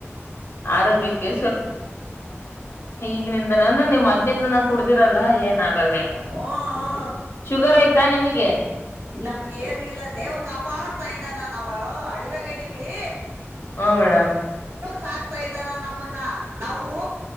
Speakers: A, on the left; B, on the right.
A: ಆರೋಗ್ಯಕ್ಕೆ ಈಗಿಂದ ಅಂದ್ರೆ ಮೊದ್ಲಿನ್ದನು ಕುಡಿರಲ್ಲ ಏನು ಆಗಲ್ಲ. ಆಗಲ್ಲ ನಿಮಗ್
B: ಹ್ಮ್
A: ಶುಗರ್ ಆಯ್ತಾ ನಿಮಗ್. <unintelligible>
B: ನಮ್ಗಏನು ಇಲ್ಲ ದೇವ್ರ ಕಾಪಾಡ್ತಾ ಇದ್ದಾನ ನಾವ್ ಅಡವಾಗೆ ಇದ್ದೀವಿ.
A: ಹ್ಮ್ ಮೇಡಮ್
B: ಸಾಕ್ತಾ ಇದಾನ ನಮ್ಮನ್ನ ನಾವು